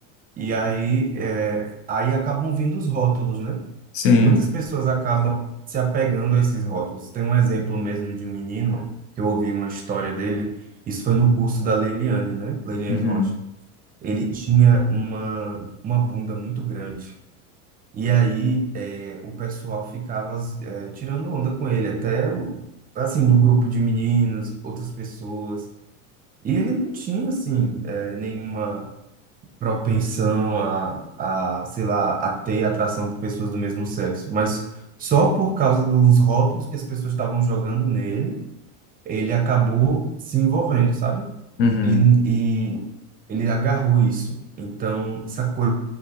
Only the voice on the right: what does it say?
E aí, é, aí acabam vindo os rótulos, né?
E muitas pessoas acabam se apegando a esses rótulos. Tem um exemplo mesmo de um menino, que eu ouvi uma história dele, isso foi no curso da Leiliane, né? Leiliane
Rocha. Ele tinha uma, uma bunda muito grande. E aí eh, o pessoal ficava eh, tirando onda com ele, até o- assim, no grupo de meninos, outras pessoas. E ele não tinha, assim, eh, nenhuma propensão a, a, sei lá, a ter atração por pessoas do mesmo sexo. Mas só por causa dos rótulos que as pessoas estavam jogando nele, ele acabou se envolvendo, sabe?
E, e ele agarrou isso. Então, essa coisa